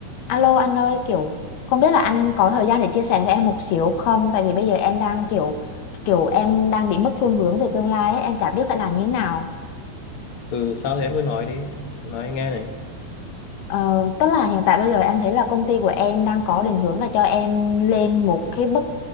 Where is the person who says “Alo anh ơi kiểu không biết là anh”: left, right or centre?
Left